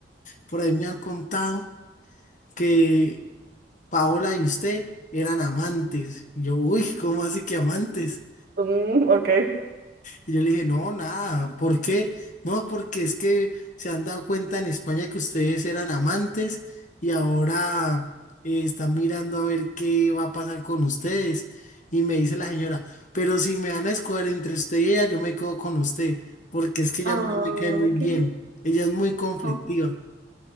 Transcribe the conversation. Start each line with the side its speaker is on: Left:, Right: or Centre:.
Left: Por ahí me han contado que Paola y usted eran amantes. Y yo, uy, ¿cómo así que amantes?
Right: Mm, ok.
Left: Y yo le dije, no, nada, ¿por qué? No, porque es que se han dado cuenta en España que ustedes eran amantes y ahora eh, están mirando a ver qué va a pasar con ustedes. Y me dice la señora, pero si me van a escoger entre usted y ella, yo me quedo con usted, porque es que ella
Right: Ay,
Left: a mí no me cae muy bien.
Right: qué...
Left: Ella es muy conflictiva.
Right: ajá.